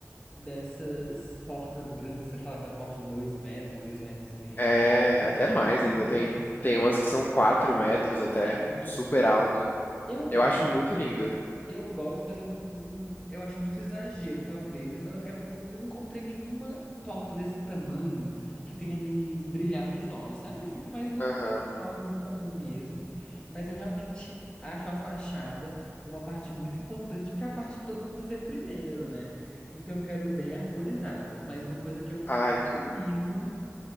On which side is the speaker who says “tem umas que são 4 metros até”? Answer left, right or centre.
Left